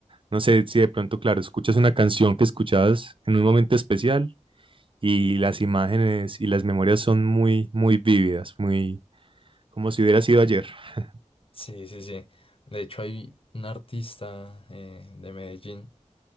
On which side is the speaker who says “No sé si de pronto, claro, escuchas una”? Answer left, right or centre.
Right